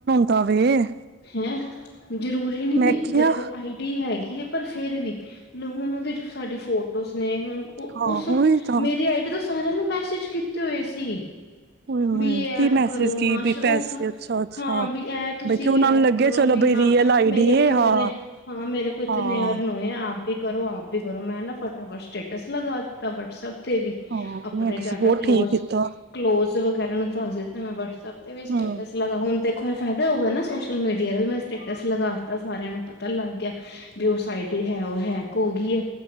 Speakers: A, on the right; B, on the left.
A: ਤਾਂ ਵੇ
B: ਹੈਂ ਜ਼ਰੂਰੀ ਨੀ
A: ਮੈਂ
B: ਵੀ
A: ਕਿਹਾ
B: ਦੇਖੋ ਆਈਡੀ ਹੈਗੀਏ ਪਰ ਫੇਰ ਵੀ ਹੁਣ, ਉਹਦੇ ਸਾਡੀ ਫੋਟੋਜ਼ ਨੇ ਹੁਣ, ਉਹ
A: ਹਾਂ
B: ਉਸ
A: ਉਹੀ ਤਾਂ
B: ਮੇਰੀ ਆਈਡੀ ਤੋਂ ਸਾਰਿਆਂ ਨੂੰ ਮੈਸੇਜ ਕੀਤੇ ਹੋਏ ਸੀ।
A: ਉਏ-ਉਏ
B: ਵੀ ਏ ਐਪ
A: ਕੀ ਮੈਸੇਜ
B: ਕਰੋ।
A: ਕੀ
B: ਹਾਂ
A: ਵੀ
B: ਸ਼ੋ
A: ਪੈਸੇ
B: ਔਫ
A: ਅੱਛਾ-ਅੱਛਾ
B: ਹਾਂ ਬੀ ਐ ਤੁਸੀਂ
A: ਬਈ ਕਿ ਉਹਨਾਂ
B: ਵੀ
A: ਨੂੰ
B: ਐਪ
A: ਲੱਗੇ
B: ਕਰੋ
A: ਚਲੋ
B: ਬੀ
A: ਬਈ
B: ਹਾਂ
A: ਰੀਅਲ ਆਈਡੀ
B: ਮੇਰੇ ਕੋ
A: ਏ
B: ਇਤਨੇ
A: ਹਾਂ
B: ਹਾਂ ਮੇਰੇ ਕੋ ਇਤਨੇ
A: ਹਾਂ
B: ਅਰ ਆਪ ਵੀ ਕਰੋ, ਆਪ ਵੀ ਕਰੋ ਮੈਂ ਨਾ ਫਟਾਫਟ ਸਟੇਟਸ ਲਗਾ ਦਿੱਤਾ। ਵਟਸਐਪ ਤੇ ਵੀ
A: ਹਾਂ
B: ਆਪਣੇ
A: ਨਹੀਂ ਤੁਸੀਂ
B: ਜਾਦਾ
A: ਬਹੁਤ
B: ਕਲੋਜ
A: ਠੀਕ ਕੀਤਾ
B: ਕਲੋਜ਼ ਵਗੈਰਾ ਨੂੰ ਦੱਸ ਦਿੱਤਾ। ਮੈਂ ਵਟਸਐਪ ਤੇ ਵੀ ਸਟੇਟਸ
A: ਹੂੰ
B: ਲਗਾ ਹੁਣ ਤੇ ਫਿਰ ਫੈਦਾ ਹੋਗਾ ਨਾ ਸੋਸ਼ਲ ਮੀਡੀਆ ਦਾ ਵੀ ਮੈਂ ਸਟੇਟਸ ਲਗਾਤਾ ਸਾਰਿਆਂ ਨੂੰ ਪਤਾ ਲੱਗ ਗਿਆ। ਵੀ ਉਹ ਸਾਈਟ ਏ ਉਹ ਹੈਕ ਹੋ ਗਈ ਏ।